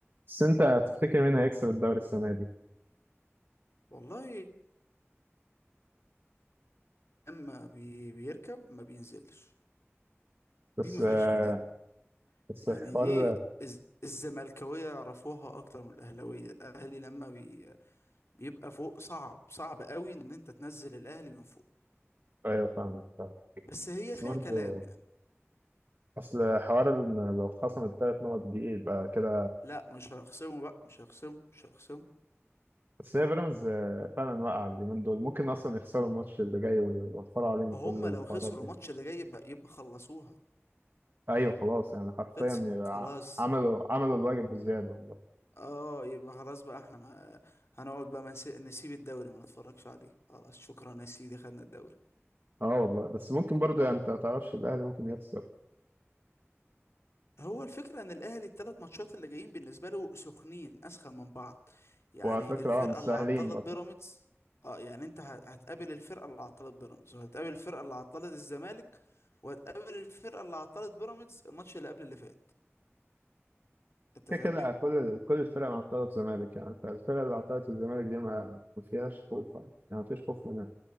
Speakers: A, on the right (about 50°); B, on the left (about 65°).
A: بس انت هتفتكر مين هيكسب الدوري السنه دي
B: والله لما بي بيركب ما بينزلش
A: بس
B: دي ما
A: آه،
B: فيهاش كلام
A: بس
B: يعني
A: الحوار
B: دي الز- الزملكاوية يعرفوها اكتر من الاهلاوية الاهلي لما بي بيبقى فوق صعب صعب قوي ان انت تنزل الاهلي من فوق
A: ايوه فاهمك فاهم
B: بس هي
A: بس
B: فيها
A: برضه
B: كلام يعني
A: اصل حوار ان لو خصم الثلاث نقط دي يبقى كده
B: لا مش هيخصموا بقى مش هيخصموا مش هيخصموا
A: بس هي بيراميدز آه، فعلا واقعه اليومين دول ممكن اصلا يخسروا الماتش اللي جاي ويوفروا علينا
B: هم
A: كل
B: لو
A: الحوارات
B: خسروا
A: دي
B: الماتش اللي جاي يبقى يبقى خلصوها
A: ايوه خلاص يعني حرفيا
B: خلصت
A: يبقى
B: خلاص
A: عملوا عملوا الواجب بزياده والله
B: اه يبقى خلاص بقى احنا ما هنقعد بقى ما نسي- نسيب الدوري ما نتفرجش عليه خلاص شكرا يا سيدي خدنا الدوري
A: اه والله بس ممكن برضه يعني انت ما تعرفش الاهلي ممكن يخسر
B: هو الفكرة ان الاهلي الثلاث ماتشات اللي جايين بالنسبة له سخنين اسخن من بعض يعني
A: وعلى فكره
B: الفرقة
A: اه مش سهلين
B: اللي عطلت
A: برضه
B: بيراميدز اه يعني انت ه- هتقابل الفرقة اللي عطلت بيراميدز وهتقابل الفرقة اللي عطلت الزمالك وهتقابل الفرقة اللي عطلت بيراميدز الماتش اللي قبل اللي فات انت
A: كده
B: فاهمني
A: كده كل كل الفرق عطلت الزمالك يعني فالفرق اللي عطلت الزمالك دي ما ما فيهاش خوف يعني يعني ما فيش خوف منها